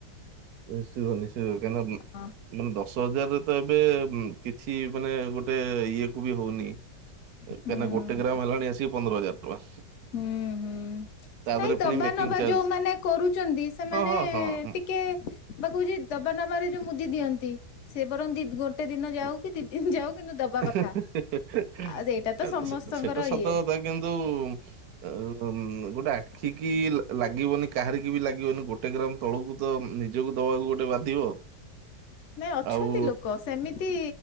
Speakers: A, on the right; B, on the left.
A: ନିଶ୍ଚିତ ନିଶ୍ଚିତ କାହିଁକିନା ମାନେ
B: ହଁ
A: ଡ଼ ହଜାର ରେ ତ ଏବେ କିଛି ମାନେ ଗୋଟେ ଇଏ କୁ ବି ହଉନି। କାହିଁକନା
B: ହୁଁ।
A: ଗୋଟେ ଗ୍ରାମ ହେଲାଣି ଆସିକି ପନ୍ଦର ହଜାର ଟଙ୍କା।
B: ହୁଁ, ହୁଁ
A: ତା
B: ନାଇଁ
A: ଦେହରେ ପୁଣି
B: ଦବା
A: ମେକିଂ
B: ନବା
A: ଚାର୍ଜ
B: ଯୋଉମାନେ କରୁଛନ୍ତି ସେମାନେ।
A: ହଁ ହଁ ହଁ ହୁଁ।
B: ଟିକେ ବା କହୁଛି ଦବା ନବାରେ ଯୋଉ ମୁଦି ଦିଅନ୍ତି ସେ ବରଂ ଦି ଗୋଟେ ଦିନ ଯାଉ କି ଦି ଦିନ ଯାଉ କିନ୍ତୁ ଦବା କଥା।
A: ହେ ହେ ହେ ହେ
B: ଆଉ ସେଇଟା ତ
A: ଏ ଏ
B: ସମସ୍ତଙ୍କର
A: ସେଟା ସତ
B: ଇଏ
A: କଥା। କିନ୍ତୁ! ଏ ଗମ। ଉଁ ଗୋଟେ ଆଖି କି ଲାଗିବନି କାହାରି ବି ଲାଗିବନି ଗୋଟେ ଗ୍ରାମ ତଳକୁ ତ ନିଜକୁ ଦବାକୁ। ଗୋଟେ ବାଧିବ।
B: ନାଇଁ ଅଛନ୍ତି
A: ଆଉ
B: ଲୋକ ସେମିତି